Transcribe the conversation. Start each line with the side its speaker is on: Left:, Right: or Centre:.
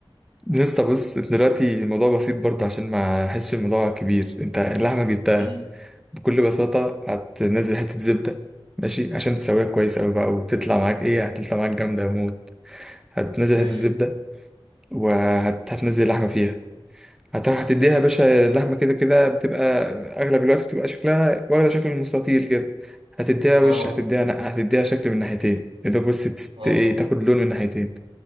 Centre: لسه بص دلوقتي الموضوع بسيط برضه عشان ما احسش الموضوع كبير انت اللحمه جبتها
Right: <laughs> مم.
Centre: بكل بساطه هتنزل حته زبده ماشي عشان تسويها كويس قوي بقى وتطلع معاك ايه هتطلع معاك جامده موت هتنزل
Right: ماشي
Centre: حته زبده وهتنزل اللحمة فيها هت- هتديها يا باشا اللحمة كده كده بتبقى أغلب الوقت بتبقى شكلها واخدة شكل المستطيل كده هتديها وش
Right: اه
Centre: هتديها نقع هتديها شكل من ناحيتين يا دوب بس تست...
Right: اه
Centre: إيه، تاخد لون من ناحيتين